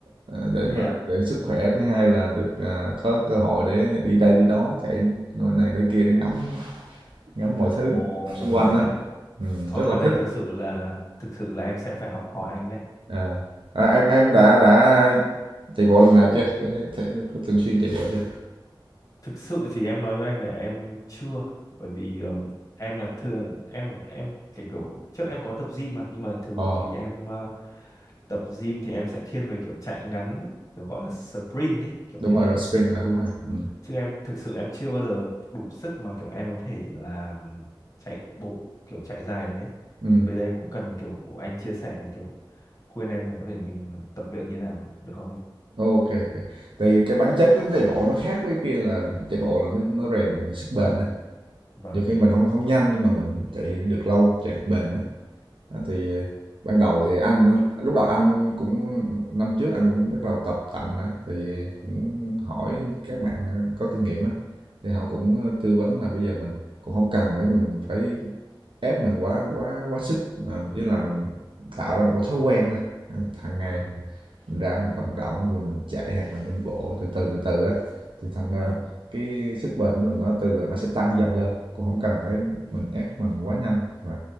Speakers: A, on the right; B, on the left.
A: ờ, để
B: Thế
A: mà
B: ạ.
A: rèn luyện sức khỏe. Thứ hai là được à, có cơ hội để đi đây đi đó, chạy nơi này nơi kia để ngắm ngắm mọi
B: Ồ,
A: thứ xung quanh
B: cái
A: đó.
B: thói
A: Ừ,
B: thói
A: rất
B: quen
A: là
B: này
A: thích.
B: thực sự là thực sự là em sẽ phải học hỏi anh đấy.
A: À, à, em em đã đã chạy bộ lần nào chưa? Có, có thường xuyên chạy bộ chưa?
B: Thực sự thì em nói với anh là em chưa, bởi vì ừm, em là thường em em cái kiểu trước em có tập gym mà, nhưng mà thường
A: Ồ,
B: thì em ờ, tập gym thì em sẽ thiên về kiểu chạy ngắn ấy, kiểu gọi là sprint ấy, kiểu
A: đúng
B: như
A: rồi,
B: thế
A: rồi sprint, à, đúng rồi. Ừ.
B: chứ em thực sự em chưa bao giờ đủ sức mà kiểu em có thể là chạy bộ kiểu chạy dài được ấy
A: Ừ.
B: thì bây giờ em cũng cần kiểu anh chia sẻ là kiểu khuyên em là có thể mình tập luyện như nào được không em
A: Ok, ok. Tại cái bản chất đến chạy bộ nó khác với kia là chạy bộ là nó nó rèn mình sức bền á.
B: vâng
A: Nhiều khi mình không không nhanh nhưng mà mình chạy được lâu, chạy được bền á. Đó, Thì ban đầu thì anh lúc đầu anh cũng năm trước anh cũng bắt đầu tập tành á thì cũng hỏi các bạn ờ, có kinh nghiệm á thì họ cũng ờ, tư vấn là bây giờ mình cũng không cần phải mình phải ép mình quá quá quá sức mà chỉ là mình tạo ra một cái thói quen thôi hàng, hàng ngày
B: vâng
A: mình ra mình vận động rồi mình chạy hoặc là mình bộ từ từ từ từ á thì thành ra
B: vâng
A: cái sức bền của mình nó từ từ nó sẽ tăng dần lên cũng không cần phải mình ép mình quá nhanh mà